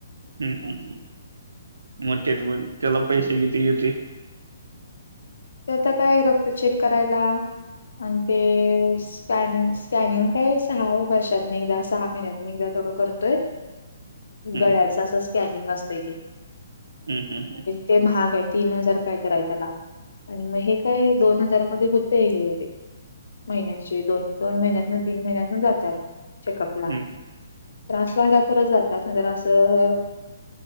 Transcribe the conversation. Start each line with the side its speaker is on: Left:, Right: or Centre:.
Right: हम्म हम्, मोठेत पण त्याला पैसे किती घेत.
Left: आता काय रक्त चेक करायला. आणि ते स्कॅनिंग स्कॅनिंग काय सहा वर्षात एकदा, सहा महिन्यातन एकदा. येवढ करतोय.
Right: हम्म
Left: गळ्याचं असं स्कॅनिंग असते ते,
Right: हम्म हम्म
Left: ते महाग आहे. तीन हजार काय तर त्याला आणि मग हे काय दोन हजार मध्ये होतय हे ते. महिन्याची दोन दोन महिन्यात ना तीन महिन्यात ना जातात. चेकअप ला,
Right: हम्म
Left: त्रास व्हायला खरंच जातात ना तर असं